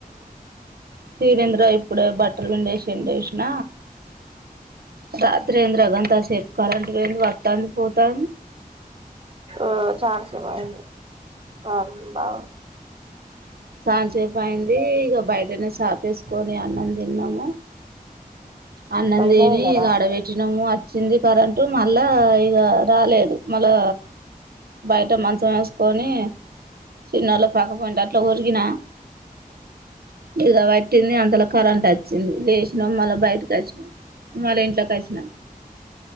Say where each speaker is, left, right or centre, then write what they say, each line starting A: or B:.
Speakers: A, on the right; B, on the right.
A: తీరేంద్ర ఇప్పుడ బట్ట వి విషిన త్తేంద్ర గంతాసేప్ కరణ వట్టానికి పోతా
B: ఆ చార్ స బయ ఆ బా అ
A: సా చేేపు అయింది ఇక బయటనే చపేసుకో నం తన్నాము అన్నం
B: బయటనే
A: దేని
B: తిన్నారా
A: డబెట్టినాము వచ్చింది కరెంటు మళ్ళా ఇక రాలేదు మళ్ళా బయట మంచం వేసుకొని చిన్నళ పక్కపోయినట్ ఫ్లవర్కినా ఇద పట్టింది అంతలో కరంట వచ్చ వచ్చింది లేచినం మళ్ళ బయటికి వచ్చినాం మళ్ళా ఇంట్ల కచ్చినా